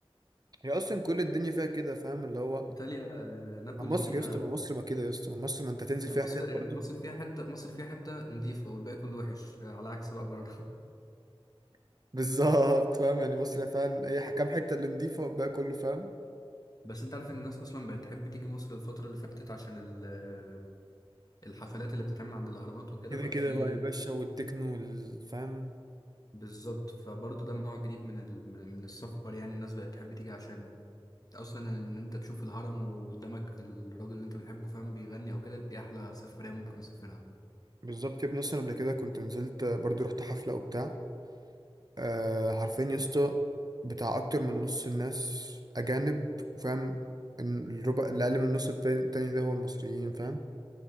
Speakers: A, on the right; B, on the left.
A: هي اصلا كل الدنيا فيها كده فاهم اللي هو
B: ايطاليا آه نابولي
A: ما مصر
B: فيها
A: يا اسطى ما مصر ما كده يا اسطى ما مصر ما انت هتنزل
B: مصر
A: فيها حتت برضه
B: مصر فيها حتة مصر فيها حتة نظيفة والباقي كله وحش آه، على عكس بقى بره <laughs>
A: <laughs> بالظبط فاهم يعني مصر فاهم هي حكام حتة اللي نضيفة والباقي كله فاهم
B: بس انت عارف ان الناس اصلا بقت تحب تيجي مصر الفترة اللي فاتت عشان ال- الحفلات اللي بتتعمل عند الاهرامات وكده
A: كده
B: بقى
A: كده
B: في
A: بقى يا باشا والتكنو والفهم
B: بالظبط فبرضه ده نوع جديد من ال... من من السفر يعني الناس بقت تحب تيجي عشانه اصلا ان انت تشوف الهرم وقدامك الراجل اللي انت بتحبه فاهم بيغني او كده دي احلى سفرية ممكن اسافرها
A: بالظبط يا ابني اصلا قبل كده كنت نزلت برضه رحت حفلة وبتاع أه حرفيا يا اسطى بتاع اكتر من نص الناس اجانب وفاهم إن الربع اللي اقل من النص التاني التاني ده هو المصريين فاهم